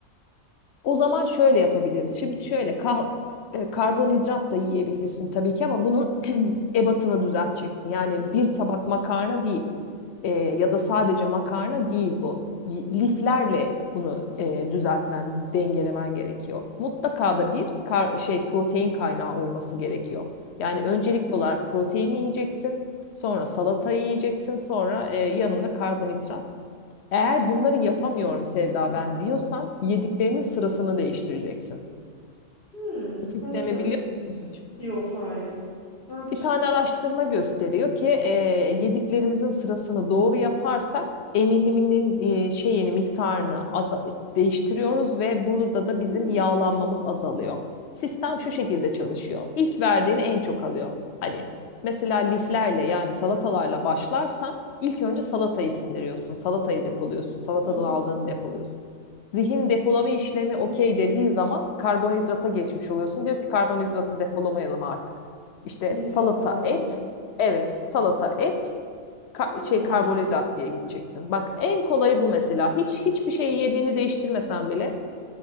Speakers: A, on the left; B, on the left.
A: O zaman şöyle yapabiliriz. Şimdi şöyle kah e, karbonhidrat da yiyebilirsin tabii ki ama bunun <clears throat> ebatını düzelteceksin. Yani
B: Hmm,
A: bir tabak makarna değil E, ya da sadece makarna değil bu. Y- Liflerle bunu
B: hmm,
A: e, düzeltmen, dengelemen gerekiyor. Mutlaka da bir kar şey protein kaynağı olması gerekiyor. Yani
B: evet.
A: öncelikli olarak proteini yiyeceksin, sonra salata yiyeceksin, sonra e, yanında karbonhidrat. Eğer bunları yapamıyorum Sevda ben diyorsan yediklerinin sırasını değiştireceksin.
B: Hmm,
A: Bu sistemi
B: nasıl?
A: biliyor musun hiç?
B: Yok, hayır. Ne yapacağım?
A: Bir tane araştırma gösteriyor ki e, yediklerimizin sırasını doğru yaparsak emiliminin e, şeyini miktarını aza- değiştiriyoruz ve burada da
B: Hmm,
A: bizim yağlanmamız azalıyor. Sistem şu şekilde çalışıyor. İlk verdiğini en çok alıyor. Hani mesela liflerle yani salatalarla başlarsan ilk önce salatayı sindiriyorsun, salatayı depoluyorsun, salatadan
B: hı hı.
A: aldığını depoluyorsun. Zihin depolama işlemi okey dediği zaman karbonhidrata geçmiş oluyorsun. Diyor ki karbonhidratı depolamayalım artık. İşte
B: Yeter
A: salata
B: daha
A: et.
B: diyor.
A: Evet, salata et ka-
B: Hmm.
A: şey karbonhidrat diye gideceksin. Bak en kolayı bu mesela. Hiç hiçbir şeyi yediğini değiştirmesen bile